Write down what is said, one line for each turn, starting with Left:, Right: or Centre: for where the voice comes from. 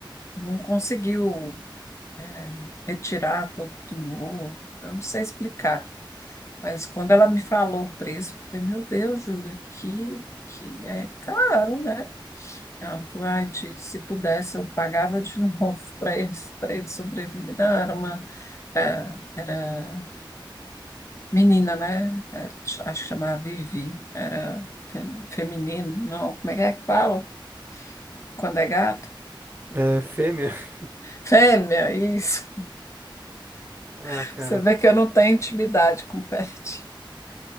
Left: não conseguiu, é, retirar todo o tumor. Eu não sei explicar. Mas quando ela me falou o preço, eu falei, meu Deus, Júlia, que, que é caro, né? Ela falou, "Ai, Ti, se pudesse, eu pagava de novo <laughs> para eles, para eles sobreviverem. Não, era uma, é, era, menina, né? É, ch- acho que chamava Vivi, era fe- feminino, não, como é que é que fala? Quando é gato?
Right: É, fêmea? <laughs>
Left: Fêmea, isso.
Right: Ah,
Left: <laughs>
Right: cara.
Left: Você vê que eu não tenho intimidade com pet.